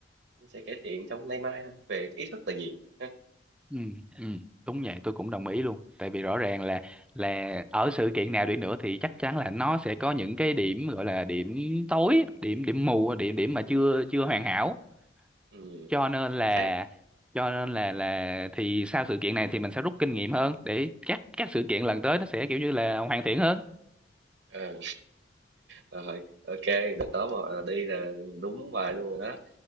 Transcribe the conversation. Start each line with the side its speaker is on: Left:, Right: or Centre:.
Right: nó sẽ cải thiện trong nay mai thôi về ý thức là nhiều ha
Centre: ừ. Ừ. đúng vậy tôi cũng đồng ý luôn tại vì rõ ràng là là ở sự kiện nào đi nữa thì chắc chắn là nó sẽ có những cái điểm gọi là điểm tối điểm điểm mù điểm điểm mà chưa chưa hoàn hảo
Right: ừ,
Centre: cho nên là
Right: chính xác
Centre: cho nên là là thì sau sự kiện này thì mình sẽ rút kinh nghiệm hơn để các các sự kiện lần tới nó sẽ kiểu như là hoàn thiện hơn
Right: Ờ, rồi ok đợt đó mà à, đi là đúng bài luôn rồi đó